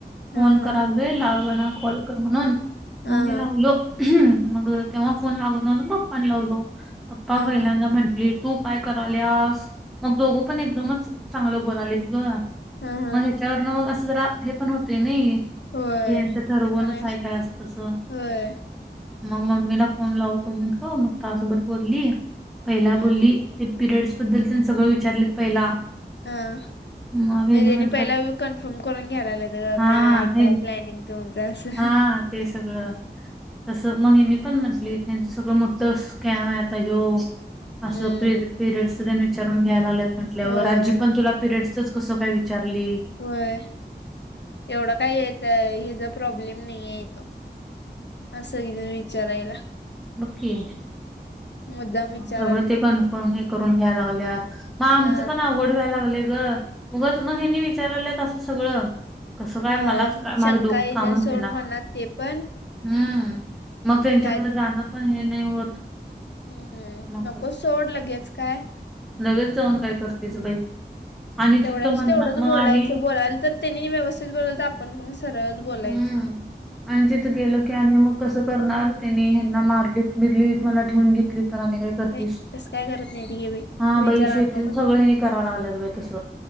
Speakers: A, in the centre; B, on the left (about 80°).
A: फोन
B: हा हा
A: करालोय, लागना कॉल कर म्हणून,
B: हा
A: मग मी लावलो. ह, मग तेव्हा फोन लागना <unintelligible> पप्पाना लावलो, पप्पा
B: हा
A: पहिल्यांदा
B: हा
A: म्हंटलीत तू काय कराल्यास, मग दोघं पण एकदमच
B: हा
A: चांगलं बोलालेत ग.
B: हा हा.
A: मग ह्याच्यावरन, मग असं जरा, हे पण होतय नाही.
B: होय
A: की यांचं ठरवूणच
B: ते पण आहे
A: हाय काय! असं तस
B: होय
A: मग मम्मीला फोन लावतो म्हटलो, मग तासभर बोलली, पहिला
B: हं.
A: बोलली ते पिरियड्स बद्दल तेन, सगळं विचारले पहिला.
B: हं म्हणजे
A: मग ह्यानी म्हणतात
B: हेनी, पहिला कन्फर्म करून घ्यायलागेलेत
A: हा
B: ग, काय हाय
A: हे
B: काय, प्लॅनिंग तुमचं असं.
A: हा ते सगळं तसं मग हेन्नी पण म्हंटलीथ, हेंच सगळं मोठ स्कॅम आहे आता यो
B: हम्म
A: असं परियडच तेन, विचारून घ्यायला लागलेत, म्हटल्यावर
B: होय
A: पण तुला पिरिडसचच, कसं काय विचारलीत?
B: होय, एवढा काय येत, हचा प्रॉब्लेम नाही आहे तो असं सगळीजण विचारायला.
A: बग की
B: मुद्दाम विचारायला
A: सगळं ते
B: तर
A: कन्फर्म हे करून घ्यायलागल्यात, मग आमचं
B: हा
A: पण अवघड व्हायला लागलय ग. ऊगच मग हेनी विचारल्यात, असं सगळं कसं काय,
B: होय
A: मलाच काय, माझं
B: शंका
A: डोकं
B: येत्या
A: कामच
B: सोड
A: देईना.
B: मनात ते पण
A: हम्म! मग त्यांच्याकडे
B: काय ते
A: जाणं पण हे नाही होत
B: हम्म!
A: मग
B: नकोच सोड, लगेच काय.
A: लगेच जाऊन काय करतेस बाई. आणि
B: तेवढ्याच
A: तिथं म्हणणार
B: तेवढंच
A: मग
B: बोलायचं,
A: आणि
B: बोलाल तर तेनी व्यवस्थित बोल तर आपण पण सरळच बोलायच.
A: हम्म
B: <unintelligible>
A: आणि तिथं गेलं की, आणि मग कसं करणार त्यांनी, हेना मारलीत बिरलीत, मला ठेवून घेतलीत, तर आम्ही काय करतीस,
B: ए तसं काय करत नाही ती घे बाई
A: हा
B: तू विचार
A: बाई शेतीच
B: आण नको
A: सगळ हेनी करायला लागलेत बाई तस